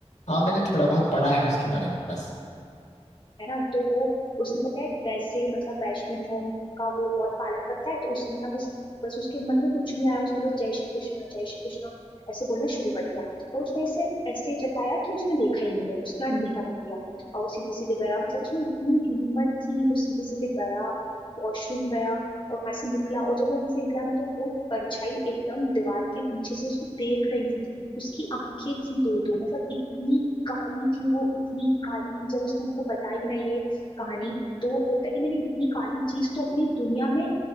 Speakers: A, on the left (about 85°); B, on the left (about 45°).
A: हाँ मैंने थोड़ा बहुत पढ़ा है उसके बारे में बस
B: है ना तो वो उसने पता है वैसे मतलब वैष्णव धर्म का वो बहुत पालन करता है तो उसने ना बस बस उसके मन में कुछ नहीं आया उसने बस जय श्री कृष्णा जय श्री कृष्णा ऐसे बोलना शुरू कर दिया और उसने ऐसे ऐसे जताया कि उसने देखा ही नहीं है उसने अनदेखा कर दिया और वो सीधे सीधे गया मतलब उसमें इतनी हिम्मत थी वो सीधे सीधे गया वॉशरूम गया और वहां से निकला और जब वो वहां से निकला ना तो वो परछाई एकदम दीवार के पीछे से उसको देख रही थी उसकी आंखें थी दो दो मतलब इतनी काली थी वो इतनी काली थी जब उसने हमको बताई ना ये कहानी तो वो बोलता है कि मैंने इतनी काली चीज तो अपनी दुनिया में